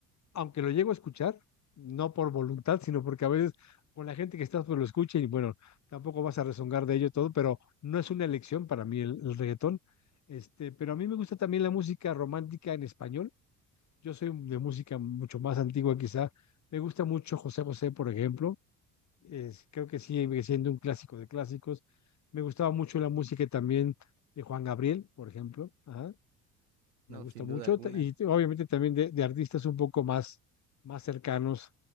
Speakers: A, on the left (about 35°); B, on the right (about 75°).
A: aunque lo llego a escuchar, no por voluntad, sino porque a veces con la gente que estás pues lo escucha y bueno, tampoco vas a rezongar de ello y todo, pero no es una elección para mí el, el reggaetón. Este, pero a mí me gusta también la música romántica en español. Yo soy de música mucho más antigua quizá. Me gusta mucho José José, por ejemplo es- creo que sigue siendo un clásico de clásicos. Me gustaba mucho la música también de Juan Gabriel, por ejemplo. Ajá, me
B: No,
A: gusta
B: sin
A: mucho.
B: duda alguna.
A: Ta- Y te- obviamente también de, de artistas un poco más, más cercanos